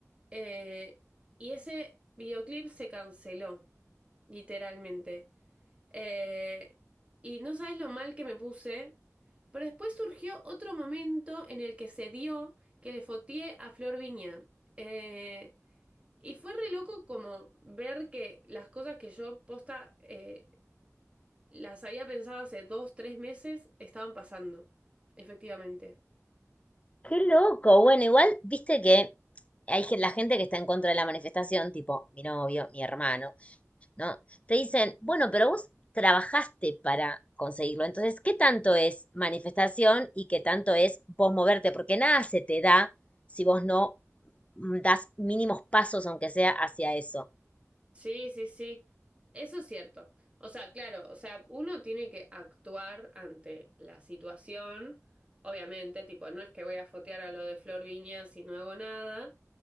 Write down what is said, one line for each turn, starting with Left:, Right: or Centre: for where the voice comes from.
Right: Eh, y ese videoclip se canceló, literalmente. Eh, y no sabes lo mal que me puse, pero después surgió otro momento en el que se dio que le fotié a Flor Viña. Eh, y fue re loco como ver que las cosas que yo posta eh, las había pensado hace dos, tres meses estaban pasando, efectivamente.
Left: Qué loco. Bueno, igual, viste que hay gen- la gente que está en contra de la manifestación, tipo mi novio, mi hermano. ¿no? Te dicen, bueno, pero vos trabajaste para conseguirlo. Entonces, ¿qué tanto es manifestación y qué tanto es vos moverte? Porque nada se te da si vos no mm, das mínimos pasos, aunque sea hacia eso.
Right: Sí, sí, sí. Eso es cierto. O sea, claro, o sea, uno tiene que actuar ante la situación, obviamente, tipo, no es que voy a fotear a lo de Flor Viña si no hago nada.